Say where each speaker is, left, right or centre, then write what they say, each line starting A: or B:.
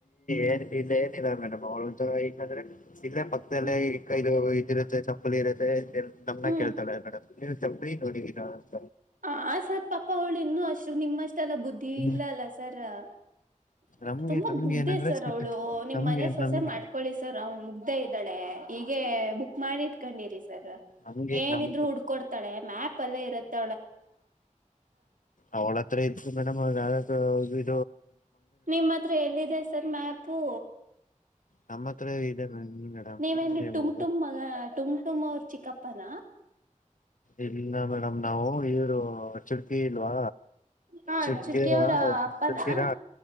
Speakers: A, on the left (about 80°); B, on the right (about 85°).
A: ಏನ್ ಇ <inaudible> ಇದ ಮೇಡಮ್ ಅವಳ್ದು ಏಕೆಂದ್ರೆ <unintelligible> ಇಲ್ಲೇ ಮತ್ತ ಎಲ್ಲ
B: ಹ್ಮ್
A: ಕೈದು <inaudible> ಇರುತ್ತೆ ಚಪ್ಪಲಿ ಇರುತ್ತೆ <unintelligible> ಮ ನಮ್
B: ಹ್ಮ್
A: ಕೇಳ್ತಾಳೆ ಮೇಡಮ್ <unintelligible> ನೀವು ಚಪ್ಲಿ ನೋಡಿದ್ಧಿರಾ <unintelligible>
B: ಆ ಸರ್ ಪಾಪ ಅವಳ ಇನ್ನು ಅಷ್ಟ್ ನಿಮ್ಮಷ್ಟ. ನ ಬುದ್ಧಿ
A: ಹ್ಮ್.
B: ಇಲ್ಲ ಅಲ್ಲ ಸರ್. <inaudible>
A: ನಮ್ಗೆ
B: ತುಂಬಾ
A: ನಮ್ಗೆ
B: ಮುಗ್ದೇ
A: ಏನಂದ್ರೆ
B: ಸರ್ ಅವ್ಳು ನಿಮ್
A: ನಮ್ಗೆ
B: ಮನೆ ಸೊಸೆ
A: ನಮ್ಗೆ
B: ಮಾಡ್ಕೊೊಳ್ಳಿ ಸರ್ ಅವನು ಮುಗ್ದೇ ಇದ್ದಾಳೆ. ಈೀಗೆ ಬುಕ್ ಮಾಡಿಟ್ಕೊಂಡಿರಿ.
A: ನಮ್ಗೆ
B: ಏನಿದ್ರು
A: ನಮ್
B: ಹುಡ್ಕೊಡ್ತಾಳೆ ಮ್ಯಾಪ್ ಎಲ್ಲ ಇರತ್ತ.
A: ಅವ ಹ ದಾರ ವಿ.
B: ನಿಮ್ಮ ಹತ್ರ ಎಲ್ಲಿದೆ ಸರ್ ಮ್ಯಾಪು
A: ನಮ್ಮ ಹತ್ರ ಇದೆ ಮೇಡಮ್
B: ನೀವೇನ್
A: ನೀವು
B: ಟುಮಟುಮ್ ಮಗ ಟುಮಟುಮ್ ಅವರು ಚಿಕ್ಕಪ್ಪನ.
A: ಇಲ್ಲ ಮೇಡಮ್ ನಾವು ಇವರು ಚುರ್ಕಿ ಇಲ್ವಾ
B: ಹಾ
A: ಚುರ್ಕೇರ
B: ಚುಟ್ಕಿ ಅವ್ರ ಅಪ್ಪನಾ
A: ಚುರ್ಕಿರ್ಣ